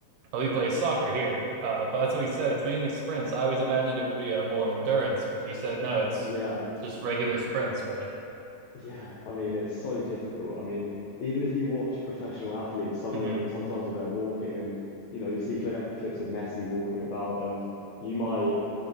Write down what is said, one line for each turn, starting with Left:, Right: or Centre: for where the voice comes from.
Right: well, he plays soccer here, uh, but that's what he said. It's mainly sprints. I always imagined it would be a more endurance, but he said no, it's
Left: yeah,
Right: just regular sprints, really.
Left: yeah, I mean it's so difficult. I mean, even if you watch professional athletes, some
Right: hmm
Left: are- sometimes they're walking and you know, you see cli clips of Messi walking about and you might